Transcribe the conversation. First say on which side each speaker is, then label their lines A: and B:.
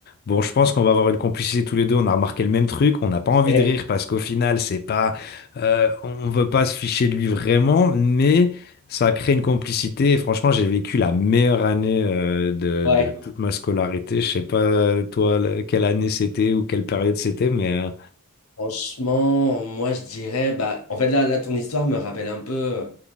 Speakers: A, on the left; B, on the left.
A: bon, je pense qu'on va avoir une complicité tous les deux. On a remarqué le même truc. On n'a pas envie
B: Eh,
A: de rire parce qu'au final, c'est pas, euh, on veut pas se ficher de lui vraiment, mais ça a créé une complicité. Et franchement, j'ai vécu la meilleure année, euh, de,
B: Ouais.
A: de toute ma scolarité. Je sais pas, toi, le- quelle année c'était ou quelle période c'était, mais, euh,
B: Franchement, moi je dirais, bah, en fait là, là ton histoire me rappelle un peu,